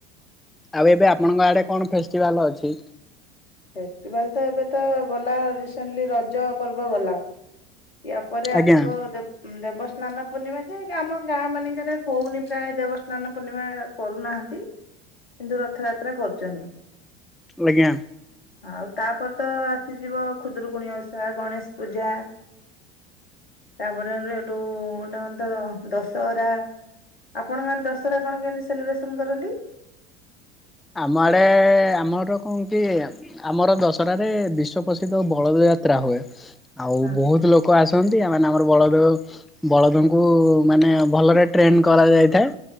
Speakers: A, in the centre; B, on the left.
A: ଆଉ ଏବେ ଆପଣଙ୍କ ଆଡେ କଣ ଫେଷ୍ଟିଭାଲ ଅଛି?
B: ଫେଷ୍ଟିଭାଲ୍ ତ ଏବେ ତ ଗଲା ରିସେଣ୍ଟଲି ରଜ ପର୍ବ ଗଲା। ୟା ପରେ ଆସିବ
A: ଆଜ୍ଞା
B: ଦେ ଦେବସ୍ନାନ ପୂର୍ଣ୍ଣିମା ଯେ ଆମ ଗାଁ ମାନଙ୍କରେ ହୋଉନି ପ୍ରାୟ ଦେବସ୍ନାନ ପୂର୍ଣ୍ଣିମା। କରୁନାହାନ୍ତି, କିନ୍ତୁ ରଥଯାତ୍ରା କରୁଚନ୍ତି।
A: ଆଜ୍ଞା।
B: ହଁ, ଆଉ ତାପରେ ତ ଆସିଯିବ ଖୁଦୁରୁକୁଣୀ ଓଷା ଗଣେଶ ପୂଜା ତାପରେ ହେଠୁ ଟା ତ ଦଶହରା ଆପଣଙ୍କ ଆଡ଼େ ଦଶହରା କଣ କେମିତି ସେଲିବ୍ରେସନ୍‌ କରନ୍ତି?
A: ଆମ ଆଡେ ଆମର କଣ କି ଆମର ଦଶହରା ରେ ବିଶ୍ୱ ପ୍ରସିଦ୍ଧ ବଳଦ ଯାତ୍ରା ହୁଏ, ଆଉ
B: ହଁ
A: ବହୁତ ଲୋ ଲୋକ ଆସନ୍ତି ଏ ମାନଙ୍କର ବଳଦ ହୁଏ ବଳଦଙ୍କୁ ମାନେ ଭଲରେ ଟ୍ରେନ୍ କରାଯାଇଥାଏ।